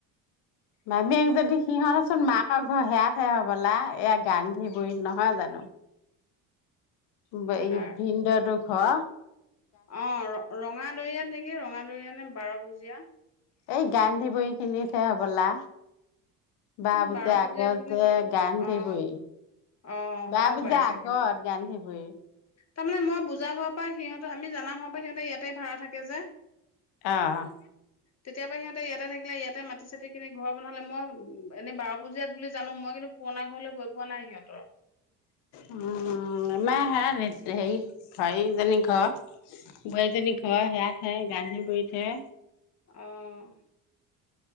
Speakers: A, on the left; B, on the left.
A: মামীয়েক যদি সিহঁতচোন মাকৰ ঘৰ সেয়াতহে হ'বলা এয়া গান্ধীগুৰিত নহয় জানো বে
B: কাৰ
A: ভিনদেউটোক হ
B: অ', ৰ ৰঙাদৈয়াত নেকি ৰঙা দৰিয়া নে বাৰভুজীয়া
A: এই গান্ধীবৰী খিনিতহে হ'বলা বাৰভুজীয়াৰ
B: কিন্তু বাৰপূজীয়াত
A: আগতে
B: বুলি কয়
A: যে গান্ধীবুৰী
B: অ অ হ'ব
A: বাৰভুজীয়াৰ
B: পাৰে চাগে
A: আগত গান্ধীবুৰী
B: তাৰমানে মই বুজা হোৱাৰ পৰা সিহঁতৰ আমি জানা হোৱাৰ পৰা সিহঁতে ইয়াতেই ভাড়া থাকে যে
A: আহ'
B: তেতিয়া পৰা সিহঁতে ইয়াতে থাকিলে ইয়াতে মাটি-চাটি কিনি ঘৰ বনালে মই উম এনেই বাৰ পুজিয়াত বুলি জানো মই কিন্তু পুৰণা ঘৰলৈ গৈ পোৱা নাই সিহঁতৰ
A: উম মই হে <unintelligible> হেৰি ভাইজনী ঘৰ বোৱাৰীজনীৰ ঘৰ সেয়াতহে গান্ধীবুৰীতহে
B: অহ'